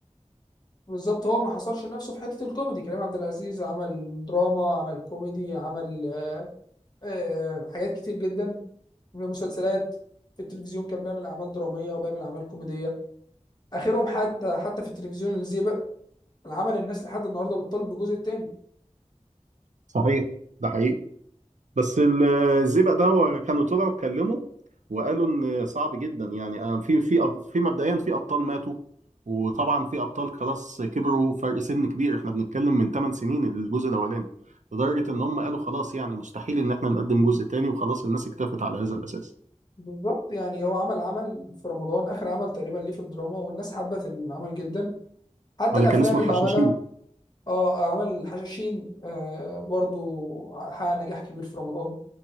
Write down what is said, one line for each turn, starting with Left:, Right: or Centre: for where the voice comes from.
Left: بالظبط هو ما حصرش نفسه في حتة الكوميدي كريم عبد العزيز عمل دراما عمل كوميدي عمل آه، حاجات كتير جدا في مسلسلات في التلفزيون كان بيعمل أعمال درامية وبيعمل أعمال كوميدية آخرهم حتى حتى في التلفزيون الزيبق العمل الناس لحد النهاردة بتطالب بالجزء التاني
Right: صحيح ده حقيقي بس ال- الزئبق ده هو كانوا طلعوا اتكلموا وقالوا ان صعب جدا يعني آه، في في في مبدئيا في ابطال ماتوا وطبعا في ابطال خلاص كبروا فرق سن كبير احنا بنتكلم من 8 سنين الجزء الاولاني لدرجه ان هم قالوا خلاص يعني مستحيل ان احنا نقدم جزء تاني وخلاص الناس اكتفت على هذا الاساس
Left: بالظبط يعني هو عمل عمل في رمضان آخر عمل تقريبا ليه في الدراما والناس حبت العمل جدا حتى
Right: اللي
Left: الأفلام
Right: كان اسمه
Left: اللي
Right: الحشاشين
Left: عملها اه عمل الحشاشين آه برضو حقق نجاح كبير في رمضان